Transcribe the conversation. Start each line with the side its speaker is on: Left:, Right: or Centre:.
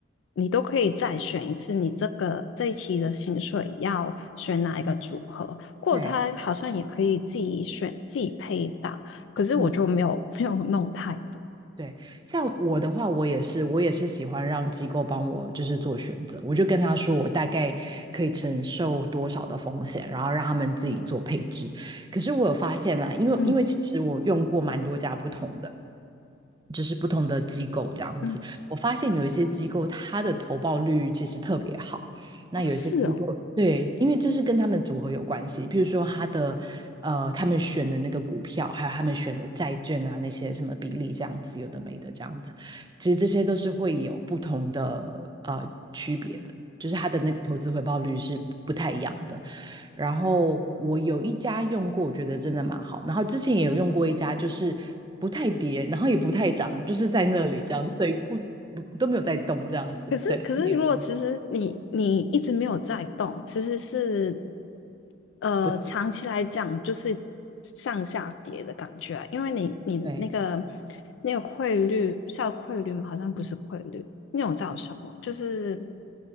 Left: 你都可以再选一次，你这个这一期的薪水要选哪一个组合？或者他好像也可以自己选自己配搭，
Right: 对，
Left: 可是我就没有没有弄太多。
Right: 嗯。对，像我的话，我也是，我也是喜欢让机构帮我就是做选择，我就跟他说我大概可以承受多少的风险，然后让他们自己做配置。可是我有发现啊，因为因为其实我用过蛮多家不同的，
Left: 嗯
Right: 就是不同的机构这样子，
Left: 嗯，
Right: 我发现有一些机构它的投报率其实特别好，那有一些机构对，
Left: 哦，是哦。
Right: 因为这是跟他们组合有关系，譬如说他的呃，他们选的那个股票，还有他们选的债券啊，那些什么比例这样子，有的没的这样子，其实这些都是会有不同的呃区别的，就是他的那个投资回报率是不太一样的。然后我有一家用过，我觉得真的蛮好，然后之前也有用过一家，就是不太跌，然后也不太涨，就是在那里这样，对，不不都没有在动这样子，
Left: 可是，
Right: 对，
Left: 可是，
Right: 你也不
Left: 如果其实你你一直没有在动，其实是呃长期来讲就是上下跌的感觉啊因为你你那个
Right: 不太对。
Left: 那个汇率叫汇率吗？好像不是汇率，那种叫什么？就是